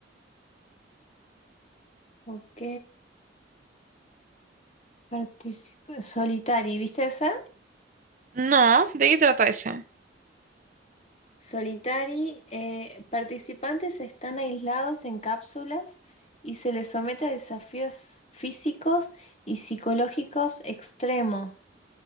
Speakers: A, on the left; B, on the right.
A: ok. Participa Solitari, ¿viste esa?
B: No, ¿de qué trata ese?
A: Solitari, eh, participantes están aislados en cápsulas y se les somete a desafíos físicos y psicológicos extremos.